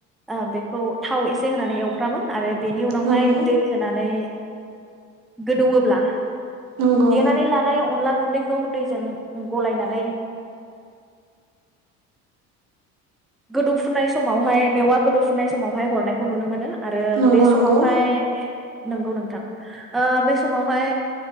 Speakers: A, in the centre; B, on the right.
A: ओ बेखौ थाव एसे होनानै एवफ्रामो आरो बेनि उनावहाय
B: नंगौ
A: दै होनानै गोदौवोब्ला
B: नंगौ
A: देनानानै लानाय अनला गुन्दैखौ दैजों गलायनानै गोदौफुनाय समावहाय मेवा गोदौफुनाय समावहाय हरनायखौ नुनो मोनो। आरो
B: नंगौ
A: बे
B: नंगौ
A: समावहाय नंगौ नोंथां ओ बे समावहाय